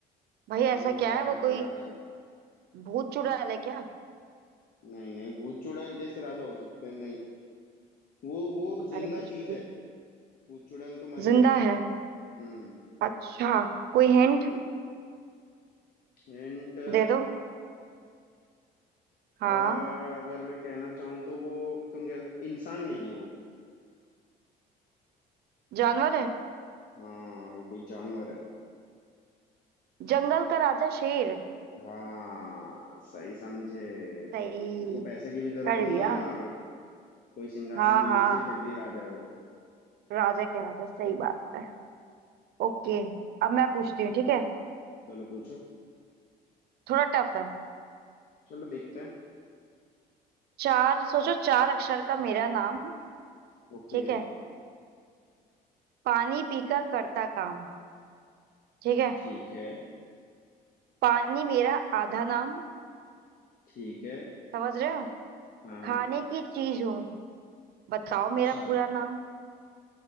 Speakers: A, on the right (about 70°); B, on the left (about 55°).
A: भैया
B: और
A: ऐसा
B: वो
A: क्या
B: है
A: है वो
B: आज भी
A: कोई
B: राजा
A: भूत चुड़ैल है क्या
B: नहीं नहीं भूत चुड़ैल कैसे राजा हो सकते हैं नहीं वो वो जिंदा
A: अरे कुछ
B: चीज
A: भी
B: है भूत चुड़ैल तो मरे हुए
A: जिंदा
B: हैं
A: है
B: हम्म
A: अच्छा कोई हिंट
B: हम्म हिंट
A: दे दो हाँ
B: अगर मैं कहना चाहूँ तो वो तुम कह इंसान नहीं है वो
A: जानवर है
B: हाँ वो कोई जानवर है
A: जंगल का राजा शेर
B: हाँ सही समझे
A: सही
B: उसको पैसे की भी जरूरत
A: कर
B: नहीं
A: लिया
B: है और कोई सिंहासन
A: हाँ
B: भी नहीं
A: हाँ
B: चाहिए फिर भी राजा है वो
A: राजा कह रहा था सही बात है ओके अब मैं पूछती हूँ ठीक है
B: चलो पूछो
A: थोड़ा टफ है
B: चलो देखते हैं
A: चार सोचो चार अक्षर का मेरा नाम
B: ओके
A: ठीक है पानी पीकर करता काम ठीक है
B: ठीक है
A: पानी मेरा आधा नाम
B: ठीक है
A: समझ रहे हो
B: हाँ हाँ
A: खाने की चीज हूँ बताओ
B: अच्छा
A: मेरा पूरा नाम